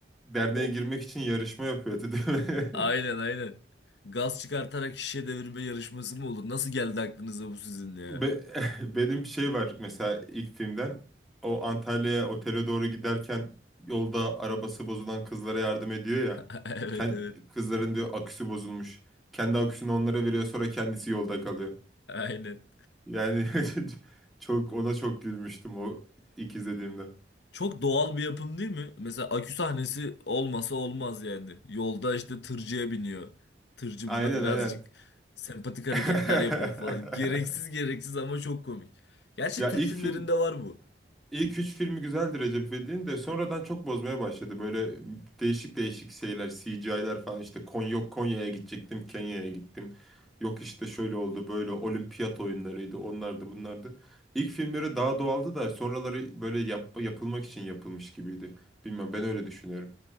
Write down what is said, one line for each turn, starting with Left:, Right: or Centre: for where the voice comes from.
Centre: derneğe
Left: o
Centre: girmek için yarışma yapıyordu değil mi?
Left: aynen
Centre: <laughs>
Left: aynen. Gaz çıkartarak şişe devirme yarışması mı olur? Nasıl geldi aklınıza bu sizin ya?
Centre: Be- <laughs> benim şey var mesela ilk filmden o Antalya'ya otele doğru giderken yolda arabası bozulan kızlara yardım ediyor ya.
Left: <laughs> Evet
Centre: Kend-
Left: evet.
Centre: kızların diyor aküsü bozulmuş. Kendi aküsünü onlara veriyor sonra kendisi yolda kalıyor.
Left: Aynen.
Centre: Yani <laughs> çok ona çok gülmüştüm o ilk izlediğimde.
Left: Çok doğal bir yapım değil mi? Mesela akü sahnesi olmasa olmaz yani. Yolda işte tırcıya biniyor. Tırcı
Centre: Aynen
Left: buna birazcık
Centre: aynen.
Left: sempatik hareketler
Centre: <laughs>
Left: yapıyor falan. Gereksiz gereksiz ama çok komik. Gerçi
Centre: Ya
Left: Türk
Centre: ilk
Left: filmlerinde
Centre: film
Left: var bu.
Centre: İlk üç filmi güzeldi Recep İvedik'in de sonradan çok bozmaya başladı. Böyle değişik değişik şeyler, CGI'ler falan işte Konya yok Konya'ya gidecektim, Kenya'ya gittim. Yok işte şöyle oldu, böyle olimpiyat oyunlarıydı, onlardı, bunlardı. İlk filmleri daha doğaldı da sonraları böyle yap- yapılmak için yapılmış gibiydi. Bilmem ben öyle düşünüyorum.